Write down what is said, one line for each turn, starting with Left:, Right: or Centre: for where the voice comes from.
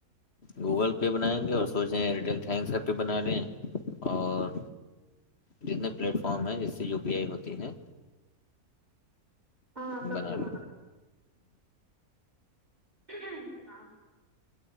Left: گوگل پے بنائیں گے اور سوچ رہیں ایرٹیل تھینکس ایپ پہ بنا لیں اور جتنے پلیٹ فارم ہیں جس سے یو پی آئی ہوتی ہیں
Right: ہاں سب
Left: بنا
Right: سے
Left: ہ
Right: آتا